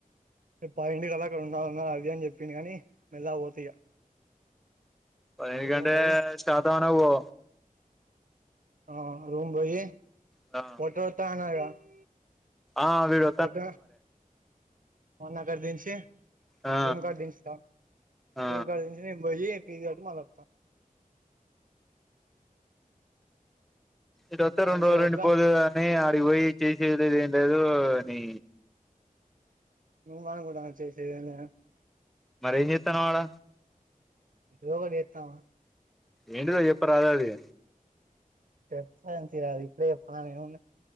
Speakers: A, on the right (about 65°); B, in the centre.
A: రేప్ పదింటికల్లా అక్కడ ఉండాలన్నర్ అది అని జెప్పిండు గనీ, మెల్లగ బోత ఇగ.
B: పదింటికంటే
A: రూమ్ పోయి
B: శాతవాహనకు బో.
A: ఆ రూమ్ బొయ్యి
B: ఆ
A: వాతోవత అనధిక <unintelligible>
B: ఆ విడు
A: ఫట మన్నాక దంచి <unintelligible>
B: ఆ
A: రూమ్ కట్ దంచా
B: ఆ
A: రూమ్ కంచి నే పోయి ఫీజ్ కట్టి మళ్ళ వస్తా <unintelligible>
B: ఇటు వత్తే రెండురోజులు
A: అంతసేపట్ల
B: ఉండి పోదు అని ఆడికి పోయి చేసేది ఏం లేదు అని
A: ఉ అనకుండా చేసేది ఏం లేదు
B: మరే ఎం చేత్తనావు ఆడ
A: ఏదోకటి చెత్తవా
B: ఏంటిదొ చెప్పారాదు అది
A: చెప్తాతి అది ఇప్పుడే చెప్పాలని ఎంఉంది